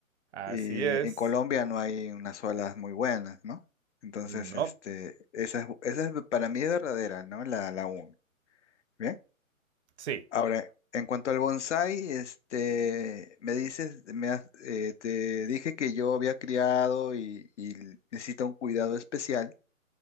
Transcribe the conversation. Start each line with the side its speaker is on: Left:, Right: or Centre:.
Right: Así
Left: Y
Right: es.
Left: en Colombia no hay unas olas muy buenas, ¿no? Entonces,
Right: No,
Left: este, esa es, esa es para mí es verdadera, ¿no? La, la UN, ¿bien?
Right: sí,
Left: Ahora, en cuanto al bonsai, este, me dices, me has- eh, te dije que yo había criado y, y necesita un cuidado especial,